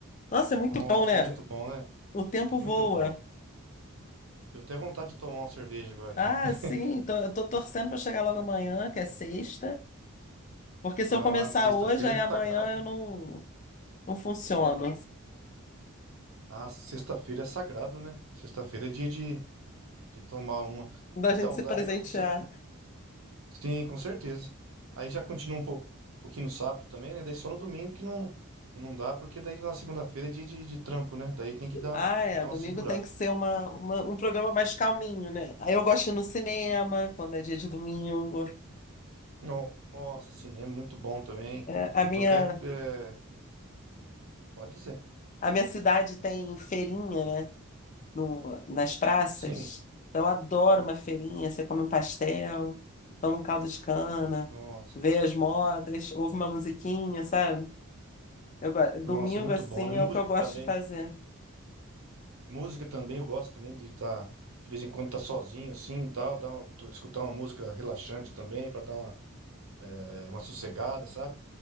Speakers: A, on the left (about 35°); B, on the right (about 75°).
A: Nossa, é muito
B: Nossa,
A: bom, né?
B: é muito bom, né?
A: O tempo voa.
B: Muito bom. Eu até vontade de tomar uma cerveja agora aqui.
A: Ah,
B: <laughs>
A: sim, tô, eu tô torcendo para chegar logo amanhã, que é sexta, porque se
B: Ah,
A: eu começar
B: sexta-feira
A: hoje, aí
B: é
A: amanhã
B: sagrado.
A: eu não, não funciono.
B: Ah, sexta-feira é sagrado, né? Sexta-feira é dia de De tomar uma.
A: Da
B: Então,
A: gente se
B: daí
A: presentear.
B: eu- você. Sim, com certeza. Aí já continua um pou- pouquinho no sábado também, né? Daí só no domingo que não, que não dá, porque daí na segunda-feira é dia de, de trampo, né? Daí tem que dar,
A: Ah, é.
B: dar
A: Domingo
B: uma segurada.
A: tem que ser uma, uma- um programa mais calminho, né? Aí eu gosto de ir no cinema, quando é dia de domingo.
B: No- Nossa, cinema é muito bom também.
A: É, a
B: Eu
A: minha,
B: tô até. é, pode dizer.
A: a minha cidade tem feirinha, né? No, nas praças.
B: Sim.
A: Então eu adoro uma feirinha. Você come um pastel, toma um caldo de cana,
B: Nossa.
A: vê as modas, ouve uma musiquinha, sabe? Eu, go- domingo,
B: Nossa, é muito
A: assim,
B: bom, né? Música
A: é o que eu gosto
B: também.
A: de fazer.
B: Música também, eu gosto também de estar. de vez em quando tá sozinho, assim e tal. Dar, um- tô- escutar uma música relaxante também, pra dar uma, é, uma sossegada, sabe?